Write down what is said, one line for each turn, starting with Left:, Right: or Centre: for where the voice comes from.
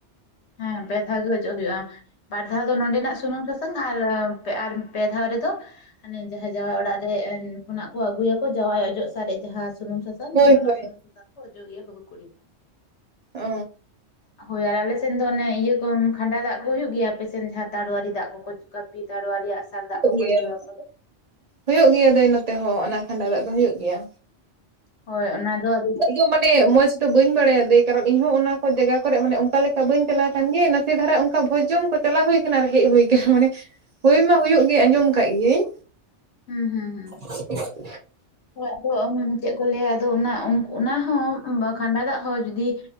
Left: ᱦᱮᱸ ᱯᱮ ᱫᱷᱟᱣ ᱜᱮ ᱚᱡᱚᱜ ᱦᱩᱭᱩᱜᱼᱟ᱾ ᱵᱟᱨ ᱫᱷᱟᱣ ᱫᱚ ᱱᱚᱰᱮᱱᱟᱜ ᱥᱩᱱᱩᱢ ᱥᱟᱥᱟᱝ ᱟᱨ-ᱟᱨ ᱯᱮ ᱫᱷᱟᱣ ᱨᱮᱫᱚ ᱦᱟᱱᱮ ᱡᱟᱦᱟᱸᱭ ᱡᱟᱶᱟᱭ ᱚᱲᱟᱜ ᱨᱮ ᱠᱷᱚᱱᱟᱜ ᱠᱚ ᱟᱹᱜᱩᱭᱟᱠᱚ ᱡᱟᱶᱟᱭ ᱚᱡᱚᱜ ᱥᱟᱨᱮᱡ ᱡᱟᱦᱟᱸ ᱥᱩᱱᱩᱢ ᱥᱟᱥᱟᱝ
Right: ᱦᱳᱭ
Left: ᱚᱱᱟ
Right: ᱦᱳᱭ
Left: ᱥᱩᱱᱩᱢ ᱥᱟᱥᱟᱝ ᱠᱚ ᱚᱡᱚᱜᱮᱭᱟ ᱵᱟᱹᱦᱩ ᱠᱩᱲᱤ
Right: ᱚ
Left: ᱦᱚᱭ ᱟᱨ ᱟᱞᱮ ᱫᱚ ᱚᱱᱮ ᱤᱭᱟᱹ ᱠᱚ ᱠᱷᱟᱸᱰᱟ ᱫᱟᱜ ᱠᱚ ᱦᱩᱭᱩᱜ ᱜᱮᱭᱟ ᱟᱯᱮᱥᱮᱱ ᱡᱟᱦᱟᱸ ᱛᱟᱲᱳᱣᱟᱨᱤ ᱫᱟᱜ ᱠᱚ ᱠᱟᱹᱯᱤ, ᱛᱟᱨᱣᱟᱨᱮ, ᱟᱸᱜ ᱥᱟᱨ ᱫᱟᱜ
Right: ᱦᱩᱭᱩᱜ
Left: ᱠᱚ-ᱠᱚ
Right: ᱜᱮᱭᱟ
Left: ᱡᱚᱲᱟ ᱟᱠᱚᱫᱚ
Right: ᱦᱩᱭᱩᱜ ᱜᱮᱭᱟ ᱫᱟᱹᱭ ᱱᱚᱛᱮ ᱦᱚᱸ ᱚᱱᱟ ᱠᱷᱟᱸᱰᱟᱣ ᱫᱟᱜ ᱫᱚ ᱦᱩᱭᱩᱜ ᱜᱮᱭᱟ
Left: ᱦᱚᱭ ᱚᱱᱟ ᱫᱚ ᱟᱫᱚ
Right: ᱫᱚ ᱢᱟᱱᱮ ᱢᱚᱡᱽ ᱫᱚ ᱵᱟᱹᱧ ᱵᱟᱲᱟᱭᱟ ᱫᱟᱹᱭ ᱠᱟᱨᱚᱱ ᱤᱧᱦᱚᱸ ᱚᱱᱟ ᱠᱚ ᱡᱟᱭᱜᱟ ᱠᱚᱨᱮ ᱢᱟᱱᱮ ᱚᱱᱠᱟ ᱞᱮᱠᱟ ᱵᱟᱹᱧ ᱪᱟᱞᱟᱣ ᱠᱟᱱ ᱜᱮᱭᱟ ᱥᱮ ᱫᱷᱟᱨᱟ ᱚᱱᱠᱟ ᱵᱷᱚᱡᱽᱡᱚᱢ ᱠᱚ ᱪᱟᱞᱟ ᱦᱩᱭ ᱠᱟᱱᱟ ᱟᱨ ᱦᱮᱡ ᱦᱩᱭ ᱠᱟᱱᱟ ᱢᱟᱱᱮ ᱦᱩᱭ ᱢᱟ ᱦᱩᱭᱩᱜ ᱜᱮ ᱟᱸᱡᱚᱢ ᱟᱠᱟᱫ ᱜᱤᱭᱟᱹᱧ
Left: ᱦᱩᱸ-ᱦᱩᱸ, ᱦᱩᱸ
Right: ᱪᱮᱫ ᱦᱚᱸ ᱵᱟᱝ ᱟᱸᱡᱚᱢᱚᱜ ᱠᱟᱱᱟ
Left: ᱟᱫᱚ ᱢᱩᱪᱟᱹᱫ ᱨᱮ ᱞᱟᱹᱭᱟ ᱟᱫᱚ ᱚᱱᱟ-ᱚᱱᱟ ᱦᱚᱸ ᱠᱷᱟᱸᱰᱟ ᱫᱟᱜ ᱦᱚᱸ ᱡᱩᱫᱤ